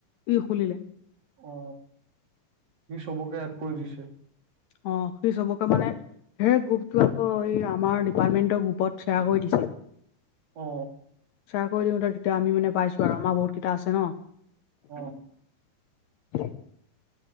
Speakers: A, on the left; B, on the right.
A: ই শুনিলে
B: অ সি চবকে এড কৰি দিছে
A: অ সেই চবকে মানে হে গ্ৰুপতটো আকৌ এই আমাৰ ডিপাৰ্টমেণ্টৰ গ্ৰুপত শ্বেয়াৰ কৰি দিছে
B: অ
A: চয়াৰ কৰি দিওঁতে তেতিয়া আমিানে পাইো আৰু আমাৰ বহুত কেইটা আছে ন
B: অ
A: <inaudible>